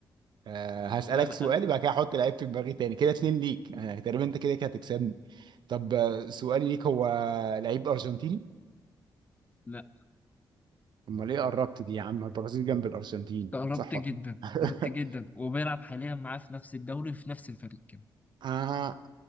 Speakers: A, on the right (about 65°); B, on the left (about 20°).
A: آه، هسالك
B: لا لا
A: سؤال بعد كده هحط لعيب في دماغي تاني كده اتنين ليك انا تقريبا انت كده كده هتكسبني طب آه، سؤالي ليك هو لعيب ارجنتيني
B: لا
A: امال ايه قربت دي يا عم البرازيل جنب الارجنتين
B: انت قربت
A: صح
B: جدا
A: ولا <laughs>
B: قربت
A: لأ؟
B: جدا وبيلعب حاليا معاه في نفس الدوري وفي نفس الفريق كمان
A: آه